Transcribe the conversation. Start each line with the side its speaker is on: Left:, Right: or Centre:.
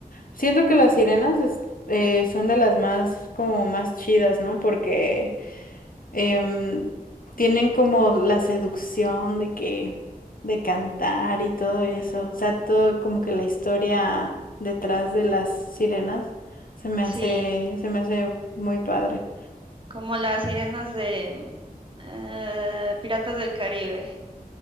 Left: siento que las sirenas es- eh, son de las más como más chidas, ¿no? Porque em, tienen como la seducción de que de cantar y todo eso, o sea, todo como que la historia detrás de las sirenas se me hace
Right: Sí,
Left: se me hace muy padre.
Right: como las sirenas de mm, eh, Piratas del Caribe.